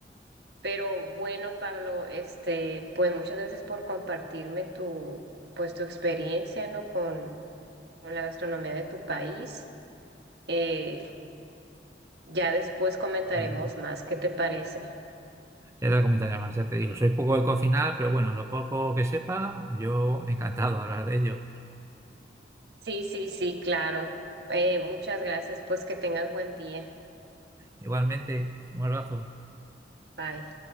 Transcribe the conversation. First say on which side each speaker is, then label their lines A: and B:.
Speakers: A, on the right; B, on the right.
A: pero bueno, Pablo, este, pues muchas gracias por compartirme tu, pues tu experiencia, ¿no? Con, con la gastronomía de tu país. Eh, ya después comentaremos
B: mm.
A: más, ¿qué te parece?
B: Ya te comentaré más, ya te digo, soy poco de cocinar, pero bueno, lo poco que sepa, yo encantado de hablar de ello.
A: Sí, sí, sí, claro. Eh, muchas gracias, pues que tengas buen día.
B: Igualmente, un abrazo.
A: Bye.